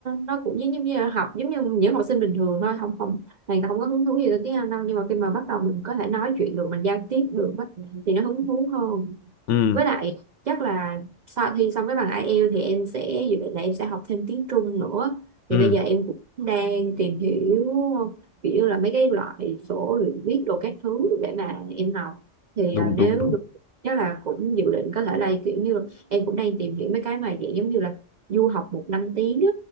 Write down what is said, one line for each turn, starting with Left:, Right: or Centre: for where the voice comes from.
Right: nó cũng giống giống như là học giống như những học sinh bình thường thôi không không này không có hứng thú gì tới tiếng Anh đâu nhưng mà khi mà bắt đầu mình có thể nói chuyện được mình giao tiếp được á, thì nó hứng thú hơn
Left: ừ
Right: với lại chắc là sau khi xong cái bằng IELTS thì em sẽ dự định là em sẽ học thêm tiếng Trung nữa
Left: ừ
Right: thì bây giờ em cũng đang tìm hiểu kiểu như là mấy cái loại sổ luyện viết đồ các thứ để mà em học thì
Left: đúng
Right: à, nếu
Left: đúng đúng
Right: được chắc là cũng dự định có thể là kiểu như em cũng đang tìm hiểu mấy cái mà dạng giống như là du học một năm tiếng á